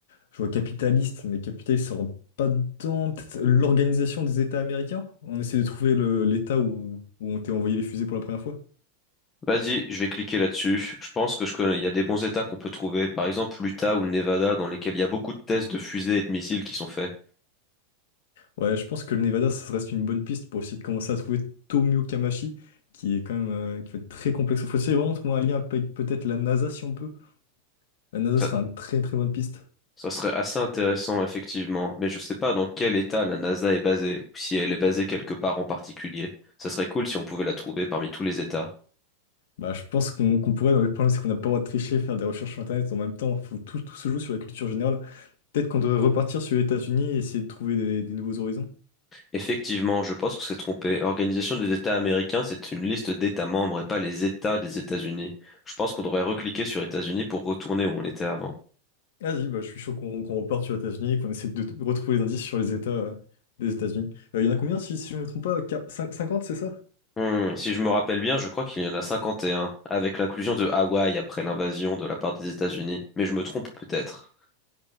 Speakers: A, on the left (about 75°); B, on the left (about 15°).
A: Je vois capitaliste, mais capitaliste, ça rentre pas dedans. Peut-être l'organisation des États américains? On essaie de trouver le- l'État où, où ont été envoyés les fusées pour la première fois.
B: Vas-y, je vais cliquer là-dessus. Je pense que je connais, il y a des bons états qu'on peut trouver. Par exemple, l'Utah ou le Nevada, dans lesquels il y a beaucoup de tests de fusées et de missiles qui sont faits.
A: Ouais, je pense que le Nevada, ça reste une bonne piste pour essayer de commencer à trouver Tomio Kamachi, qui est quand même euh, qui va être très complexe. Il faut essayer vraiment de trouver un lien avec peut-être la NASA si on peut. La NASA
B: Ça,
A: sera une très très bonne piste.
B: ça serait assez intéressant, effectivement. Mais je sais pas dans quel état la NASA est basée, ou si elle est basée quelque part en particulier. Ça serait cool si on pouvait la trouver parmi tous les états.
A: Bah, je pense qu'on qu'on pourrait, mais le problème c'est qu'on n'a pas le droit de tricher, faire des recherches sur Internet en même temps. Faut, tout, tout se joue sur la culture générale. Peut-être qu'on devrait repartir sur les États-Unis et essayer de trouver des des nouveaux horizons.
B: Effectivement, je pense qu'on s'est trompé. Organisation des États américains, c'est une liste d'États membres et pas les États des États-Unis. Je pense qu'on devrait recliquer sur États-Unis pour retourner où on était avant.
A: Vas-y, bah, je suis chaud qu'on qu'on reparte sur les États-Unis qu'on essaie de, de retrouver les indices sur les États euh, des États-Unis. Euh, il y en a combien, si, si je ne me trompe pas, quar- cin- 50, c'est ça?
B: Hmm, si je me rappelle bien, je crois qu'il y en a 51, avec l'inclusion de Hawaï après l'invasion de la part des États-Unis. Mais je me trompe peut-être.